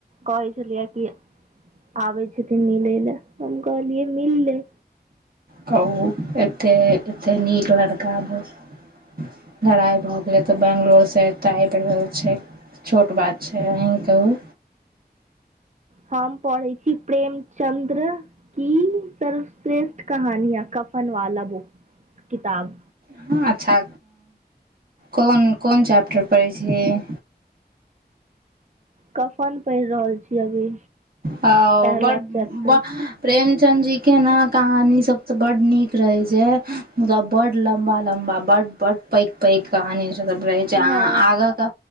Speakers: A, on the right; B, on the right.
A: कहे छलियए कि आबै छथिन मिलै लए हम कहलियै मिललै।
B: कहु एतेक नीक लड़का भ क लड़ाइ भए गेलै तऽ बेैंगलोरसँ एतऽ आबि रहल छै। छोट बात छै अही कहू।
A: हम पढ़ै छी प्रेमचंद्र की सर्वश्रेष्ठ कहानिया कफन वाला बुक किताब।
B: <unintelligible> अच्छा कोन कोन चैप्टर पढ़ै छिय।
A: कफन पढ़ि रहल छी अभी।
B: ओ
A: पहला
B: बड
A: चैप्टर
B: <unintelligible> प्रेमचंद जी के ने कहानी सब ते बड निक रहे छै मुदा बड लम्बा -लम्बा बड पैघ पैघ कहानी सब रहै छै अहाँ
A: हँ
B: आगाँ के